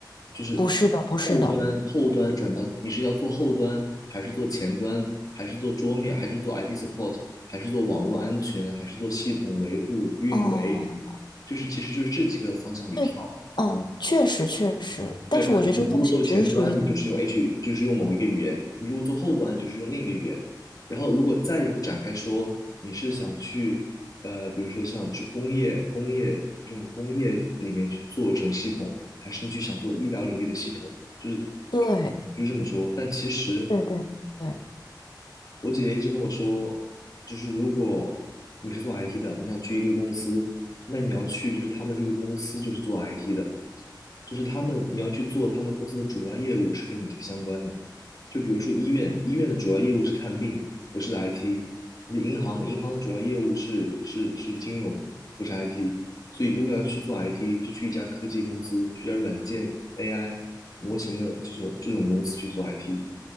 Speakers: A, on the left; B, on the left.
A: 就是后端后端转到你是要做后端，
B: 不是的，不是的。
A: 还是做前端，还是做桌面，还是做 IT support，还是做网络安全，还是做系统维护、运维，
B: 哦，
A: 就是其实就是这几个方向里跳。
B: 对，嗯，确实确实，但是我觉得这个东西只是属于
A: 对吧？你如果做前端，你就是用 H，就是用某一个语言；你如果做后端，就是用另一个语言。然后，如果再展开说，你是想去，呃，比如说像这工业、工业这种工业里面去做这种系统，还是你去想做医疗领域的系统，就是
B: 对
A: 就是这么说。但其实
B: 对对对，
A: 我姐姐一直跟我说，就是如果你是做 IT 的，你想去一个公司，那你要去就是他们这个公司就是做 IT 的，就是他们你要去做他们公司的主要业务是跟你这个相关的，就比如说医院，医院的主要业务是看病，不是 IT，不是银行，银行的主要业务是是是金融，不是 IT。所以如果要去做 IT，就去一家科技公司，去一家软件 AI 模型的这种这种公司去做 IT，